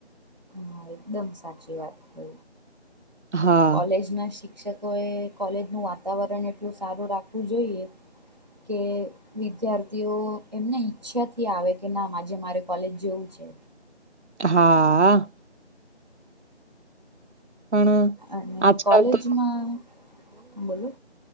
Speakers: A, on the right (about 40°); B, on the right (about 85°).
A: હા એકદમ સાચી વાત કઇ
B: હા
A: કોલેજના શિક્ષક શિક્ષકોએ કોલેજનું વાતાવરણ એટલું સારું રાખવું જોઈએ કે વિદ્યાર્થીઓ એમને ઈચ્છાથી આવે કે ના આજે મારે કોલેજ જેવું છે.
B: હા. પણ
A: અને
B: આજકાલ
A: કોલેજમાં.
B: તો
A: બોલો